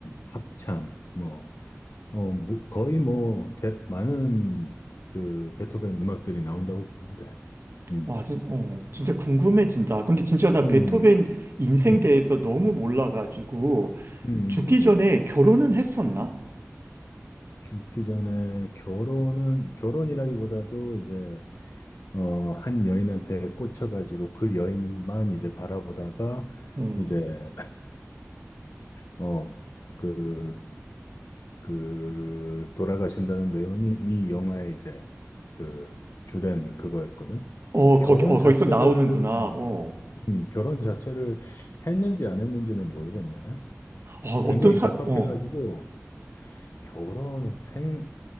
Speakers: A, on the left; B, on the right.
A: 합창 뭐 어, 뭐 거의 뭐 대- 많은 그 베토벤 음악들이 나온다고 보는데 음.
B: 와, 진, 어, 진짜 궁금해진다. 근데 진짜 나
A: 음,
B: 베토벤
A: 음,
B: 인생
A: 음, 음,
B: 대해서 너무 몰라가지고,
A: 음. 음,
B: 죽기 전에
A: 음.
B: 결혼은 했었나?
A: 죽기 전에 결혼은 결혼이라기보다도 이제 어, 한 여인한테 꽂혀가지고 그 여인만 이제 바라보다가
B: 음.
A: 이제, 어, 그, 그, 돌아가신다는 내용이 이 영화의 이제 그 주된 그거였거든.
B: 어,
A: 결혼
B: 거기, 어,
A: 자체를,
B: 거기서 나오는구나. 어,
A: 음, 결혼 자체를 했는지 안 했는지는 모르겠네.
B: 어,
A: 굉장히
B: 어떤 사,
A: 개팍해가지고
B: 어.
A: 결혼 생,